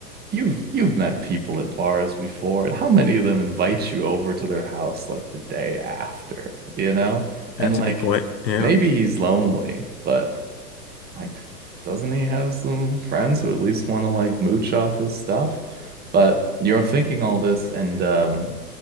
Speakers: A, on the right; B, on the left.
A: You've you've met people at bars before, and how many of them invite you over to their house like the day after, you know?
B: That's
A: And like
B: a good point. Yeah.
A: maybe he's lonely, but like doesn't he have some friends who at least want to like mooch off his stuff? But you're thinking all this and um